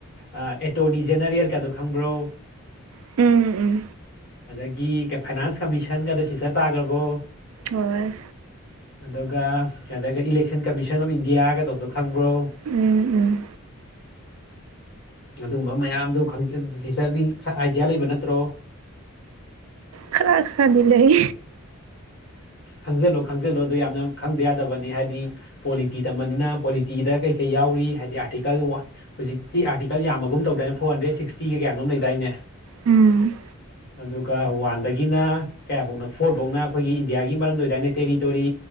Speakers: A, on the left; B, on the right.
A: ꯑꯥ ꯑꯦꯇꯣꯔꯅꯤ ꯖꯦꯅꯔꯦꯜ ꯀꯥꯏꯗꯣ ꯈꯪꯕ꯭ꯔꯣ
B: ꯎꯝ ꯎꯝ
A: ꯑꯗꯒꯤ ꯀꯩ ꯐꯥꯏꯅꯥꯟꯁ ꯀꯃꯤꯁꯟꯒꯗ‌ꯣ ꯁꯤꯁꯇꯔ ꯇꯥꯈ꯭ꯔꯕꯣ
B: ꯍꯣꯏ
A: ꯑꯗꯨꯒ ꯀ ꯏꯂꯦꯛꯁꯟ ꯀꯃꯤꯁꯟ ꯑꯣꯐ ꯏꯟꯗꯤꯌꯥꯒꯗꯧꯕꯗꯣ ꯈꯪꯕ꯭ꯔꯣ
B: ꯎꯝ ꯎꯝ
A: ꯑꯗꯨꯒꯨꯝꯕ ꯃꯌꯥꯝꯗ‌ꯣ ꯈꯪꯇꯤꯟ ꯇꯤꯆꯔꯗꯤ ꯈꯔ ꯑꯥꯏꯗꯤꯌꯥ ꯂꯩꯕ ꯅꯠꯇ꯭ꯔꯣ
B: ꯈꯔꯥ ꯈꯔꯥꯗꯤ ꯂꯩ
A: ꯈꯪꯖꯤꯜꯂꯣ ꯈꯪꯖꯤꯜꯂꯣ ꯑꯗꯨ ꯌꯥꯝꯅ ꯈꯪꯗ ꯌꯥꯗꯕꯅꯤ ꯍꯥꯏꯗꯤ ꯄꯣꯂꯤꯇꯤ ꯇꯝꯕꯅꯤꯅ ꯄꯣꯂꯤꯇꯤꯗ ꯀꯩꯀꯩ ꯌꯥꯎꯔꯤ ꯍꯥꯏꯗꯤ ꯑꯥꯔꯇꯤꯀꯜ ꯋꯥꯟ ꯍꯧꯖꯤꯛꯇꯤ ꯑꯥꯔꯇꯤꯀꯜ ꯌꯥꯝꯃꯒꯨꯝ ꯇꯧꯗꯥꯏꯅꯦ ꯐꯣꯔ ꯍꯟꯗ꯭ꯔꯦꯠ ꯁꯤꯛꯁꯇꯤꯒ ꯀꯌꯥꯅꯣꯝ ꯂꯩꯗꯥꯏꯅꯦ
B: ꯎꯝ
A: ꯑꯗꯨꯒ ꯋꯥꯟꯗꯒꯤꯅ ꯀꯌꯥꯕꯨꯛꯅ‌ꯣ ꯐꯣꯔꯐꯧꯅ ꯑꯩꯈꯣꯏꯒꯤ ꯏꯟꯗꯤꯌꯥꯒꯤ ꯃꯔꯝꯗ ꯑꯣꯏꯗꯥꯏꯅ‌ꯦ ꯇꯦꯔꯤꯇꯣꯔꯤ